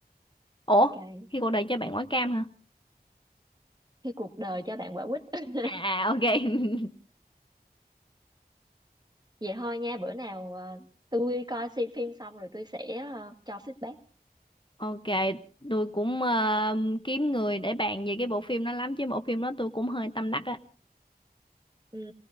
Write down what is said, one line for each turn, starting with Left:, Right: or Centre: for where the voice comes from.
Left: Ủa,
Right: ok
Left: khi cuộc đời cho bạn quả cam hả?
Right: cái cuộc đời cho bạn quả quýt <laughs>
Left: À à ok. <laughs>
Right: vậy thôi nha bữa nào ờ, tôi coi xem phim xong rồi tôi sẽ ờ, cho feedback
Left: Ok, tôi cũng ờ, kiếm người để bàn về cái bộ phim đó lắm chứ bộ phim đó tôi cũng hơi tâm đắc á.
Right: ừ